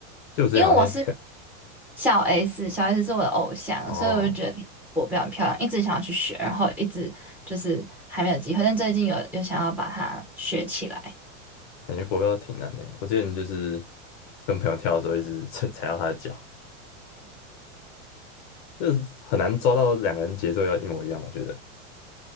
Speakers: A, on the left (about 40°); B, in the centre.
A: 就我之前好像
B: 因为我是小 S，小 S 是我的偶像，
A: <laughs> 哦，
B: 所以我就觉得我比较漂亮，一直想要去学，然后一直就是还没有机会，但最近有有想要把它学起来。
A: 感觉国标挺难的呀。我之前就是跟朋友跳的时候，一直 <laughs> 踩踩到他的脚，就是很难抓到两个人节奏要一模一样，我觉得。